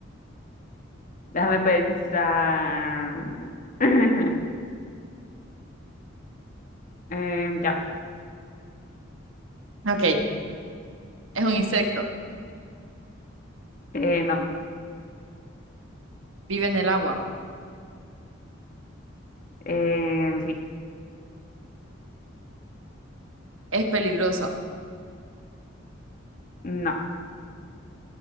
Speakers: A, on the left; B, on the right.
A: Déjame pensar. <laughs> Em, ya.
B: Ok, es un insecto,
A: Eh, no.
B: vive en el agua,
A: Em, sí.
B: es peligroso.
A: No.